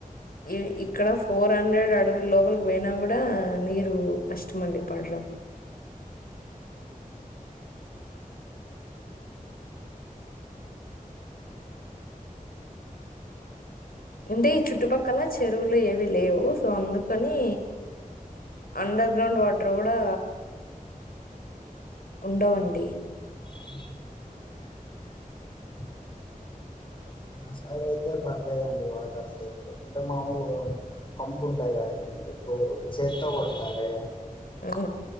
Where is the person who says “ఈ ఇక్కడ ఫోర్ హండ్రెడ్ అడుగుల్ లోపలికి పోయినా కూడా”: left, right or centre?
Left